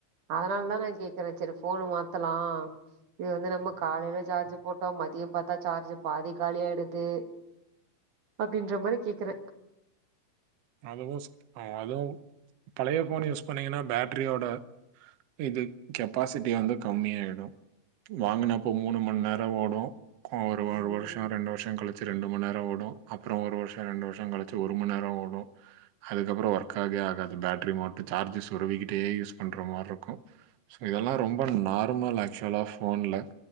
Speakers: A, on the right; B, on the right.
A: அதனால் தா நா கேக்குற செரி ஃபோனு மாத்தலா இது வந்து நம்ம காலையில சார்ஜு போட்டோ மதியம் பாத்தா சார்ஜு பாதி காலியாய்டுது அப்டின்ற மாரி கேக்குற
B: அதுவு செ அதுவு பழைய ஃபோன் யூஸ் பண்ணீங்கன்னா பேட்ரியோட இது கெப்பாசிட்டி வந்து கம்மியாய்டு வாங்குனப்போ மூணு மண் நேர ஓடு அ ஒரு ஒரு
A: ம்
B: வருஷோ ரெண்டு வருஷோ களி ச்சி ரெண்டு மண் நேர ஓடு அப்புறோ ஒரு வர்ஷோ ரெண்டு வர்ஷோ களிச்சி ஒரு மண் நேர ஓடு அதுக்கப்புறோ ஒர்க்காக்வே ஆகாது பேட்ரி மொத்த சார்ஜஸ் சொருவிக்கிட்டே யூஸ் பண்ற மார்ருக்கு சோ இதெல்லா ரொம்ப நார்மல் ஆக்சுவலா ஃபோன்ல